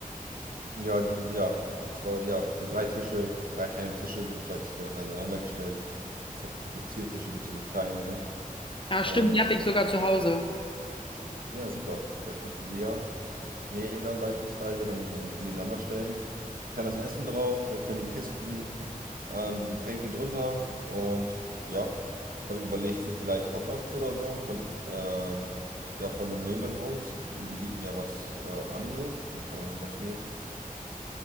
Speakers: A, on the right (about 75°); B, on the left (about 35°).
A: ja, die, ja, zwar, ja, so drei Tische, drei kleine Tische, so vielleicht so aneinander gestellt So Tap- Tapeziertische gibt es ja so kleine, ne?
B: Ja,
A: Die kann
B: stimmt,
A: man dann
B: die habe
A: da
B: ich sogar zu Hause.
A: Ja, super. Dann kannst du die ja neben dann beispielsweise dann in- nebeneinander stellen. Kann das Essen drauf, da können die Kisten, ähm, die Getränke drunter und ja, habe überlegt, so vielleicht Hotdogs oder so von, äh, ja, von einem Möbelhaus. Die bieten ja was äh, an, so. Den kann man ja vielleicht nehmen.